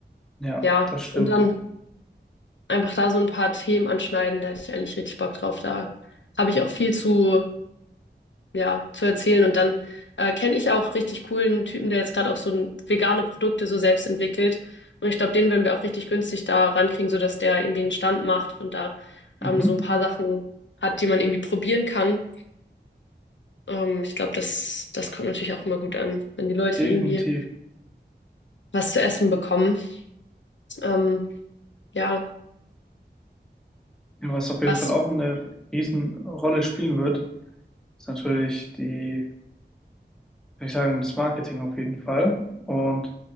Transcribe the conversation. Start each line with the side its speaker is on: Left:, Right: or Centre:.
Centre: Ja,
Left: ja,
Centre: das stimmt.
Left: und dann. einfach da so ein paar Themen anschneiden. Da hätte ich eigentlich richtig Bock drauf. Da habe ich auch viel zu, ja, zu erzählen. Und dann äh, kenne ich auch richtig coolen Typen, der jetzt gerade auch so ein- vegane Produkte so selbst entwickelt. Und ich glaube, den würden wir auch richtig günstig da rankriegen, sodass der irgendwie einen Stand macht und da
Centre: Mhm.
Left: ähm, so ein paar Sachen hat, die man irgendwie probieren kann. Ähm, ich glaube, das, das kommt natürlich auch immer gut an, wenn die Leute
Centre: Definitiv.
Left: irgendwie was zu essen bekommen. Ähm, ja,
Centre: Ja, Was auf jeden
Left: was.
Centre: Fall auch eine Riesenrolle spielen wird, ist natürlich die würde ich sagen, das Marketing auf jeden Fall. Und